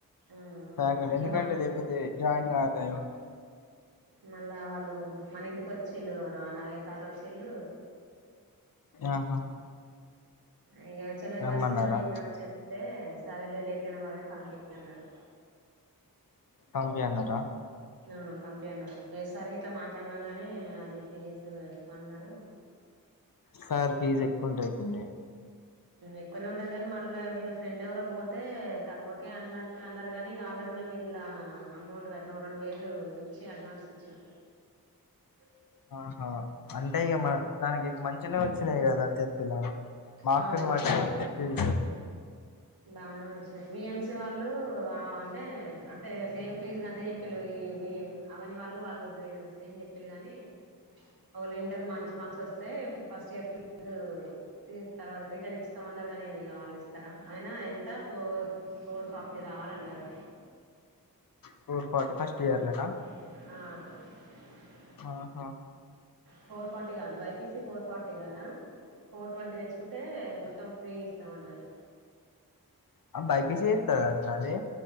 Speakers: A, on the right; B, on the left.
A: ఆ
B: రాంగానే
A: ఇగ
B: ఎందుకంటే
A: మన
B: లేకపోతే జాయిన్ కారు గ ఎవరు
A: మళ్ళా వాళ్ళు మన ఇంటికోచ్ చ్చిల్లు నాలుగై సార్ల వచ్చిల్లు
B: ఆహా
A: ఇగ చెళ్ళే
B: రమ్మన్నారా
A: పరిస్థితి కూడా చెప్పినం చెప్తే సారేలే లేట్గాయినా మల్ పంపియ్యి అన్నారు
B: పంపియాన్నారా
A: ఆ పంపి అన్నారు ఏస్ అర్ గిట్లా మాట్లాడినాం గాని అది ఫీజు ఎక్కువ అన్నారు
B: సార్ ఫీజ్ ఎక్కువంటుండే
A: ఎక్కువనే ఉంటది కానీ మళ్ళా వీళ్ళ ఫ్రెండ్ ఎవరో పోతే తక్కువకే అన్నట్టు అన్నారు కానీ ఇగ ఆల్రెడీ మేము ఇళ్ళ అమౌంట్ కట్ రెండు వేలు ఇచ్చి అడ్వాన్స్ ఇచ్చినాం అ
B: ఆహా అంటే ఇగ మ దానికి మంచినే వచ్చినాయి కదా తెెన్తులా మా
A: ఆ
B: అక్కను
A: బానే
B: వాటి <unintelligible>
A: బానే వచ్చినాయి బిఎంసి వాళ్ళు అంటే అంటే సేమ్ ఫీజ్ గంతే చెప్పిళ్ళు ఇ వి అవని వాళ్ళు వాళ్ళు సేమ్ చెప్పిళ్ళు గాని ఒకవేళ ఇంటర్ మంచి మార్క్స్ వస్తే ఫస్ట్ ఇయర్ ఫీ జు ఫి త రిటర్న్ ఇస్తతామన్నారు కానీ ఇగ వాళ్ళు ఇస్తారా అయినా ఎంత ఫోర్ ఫోర్ ఫార్టీ రావాలన్నారు
B: ఫోర్ ఫార్టీ ఫస్ట్ ఇయర్ల నా
A: ఆ
B: అహ
A: ఫోర్ ఫార్టీ కాదు బైపీసి ఫోర్ ఫార్టీ కదా ఫోర్ ట్వంటీ తెచ్చుకుంటే మొత్తం ఫ్రీ ఇస్తామన్నారు
B: ఆ బైపిసీ చెత్తదంటన అది